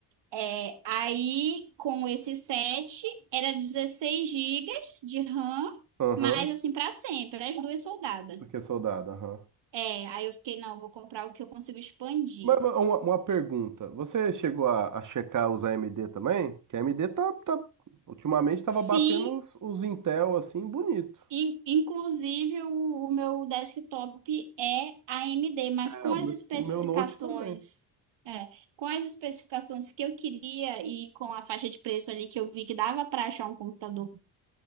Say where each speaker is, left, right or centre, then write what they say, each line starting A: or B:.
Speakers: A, on the right; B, on the right.
A: É, aí, com esse 7, era 16 gigas de RAM.
B: Aham,
A: Mas assim, para sempre, as duas soldadas.
B: porque é soldado, aham.
A: É, aí eu fiquei, não, eu vou comprar o que eu consigo expandir.
B: Mas uma, uma pergunta. Você chegou a, a checar os AMD também? Que a AMD tá, tá- ultimamente tava
A: Sim,
B: batendo os, os Intel assim, bonito.
A: in- inclusive o, o meu desktop é AMD, mas
B: É,
A: com
B: o
A: as
B: meu,
A: especificações,
B: o meu Note também.
A: é, com as especificações que eu queria e com a faixa de preço ali que eu vi que dava para achar um computador